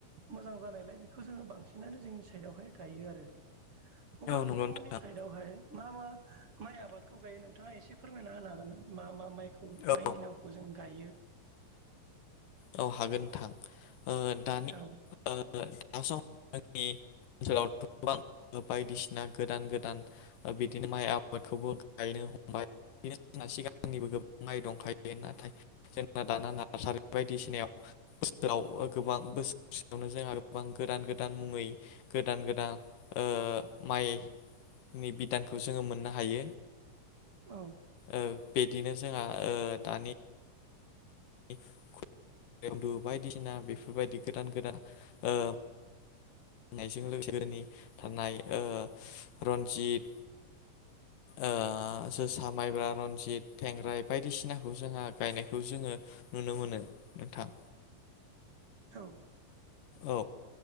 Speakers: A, on the right (about 45°); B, on the left (about 75°).
A: मोजां जानायलाय बेखौ जोङो बांसिनानो जोंनि साइडआवहाय गायो आरो अब्ला
B: नंगौ
A: नोंथांमोननि
B: नोंथां
A: साइडआवहाय मा मा माइ आबादखौ गायो नोंथाङा एसे फोरमायना होनो हागोन मा मा माइखौ
B: औ
A: माइनि नामखौ जों गायो
B: औ हागोन नोंथांओ दानि
A: औ
B: ओ <unintelligible> ओनसोलावथ गोबां बायदिसिना गोदान - गोदान बिदिनो माइ आबादखौबो गायनो हमबाय बि जोंना सिगांनिबो गोबां माइ दंखायो नाथाय जों जोंना दाना नार्सारि
A: औ
B: बायदिसिनायाव याव गोबां बोसोरसेयावनो जोंहा गोबां गोदान गोदान मुङै गोदान- गोदान ओ उह माइ नि बिदानखौ जोंङो मोननो हायो।
A: औ
B: ओ बिदिनो जोंहा उह दानि <unintelligible> बेवदु बायदिसिना बेफोरबायदि गोदान गोदान ओ नायजों लोगोसे <inaudible> नि थानाय ओ रन्जित ओ जोसा माइब्रा रनजित थेंग्राय बायदिसिनाखौ जोंहा गायनायखौ ज जोङो नुनो मोनो नोंथां।
A: औ
B: औ